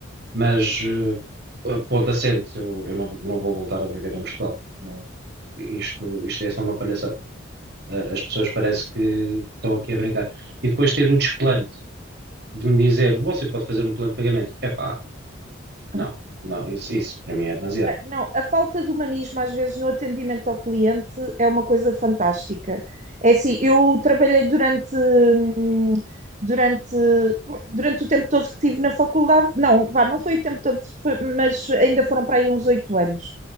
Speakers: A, on the right (about 55°); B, on the right (about 35°).
A: Mas, eh, ponto assente, eu, eu não, não vou voltar a viver em Portugal. Não, isto, isto é só uma palhaçada. Eh, As pessoas parece que estão aqui a brincar. E depois ter o desplante de me dizer, você pode fazer um plano de pagamento. Epá, não,
B: Ah,
A: não, isso, isso para mim é demasiado.
B: não, a falta de humanismo às vezes no atendimento ao cliente é uma coisa fantástica. É assim, eu trabalhei durante, hum, durante, durante o tempo todo que estive na faculdade, não, vá, não foi o tempo todo, foi- mas ainda foram para aí uns oito anos,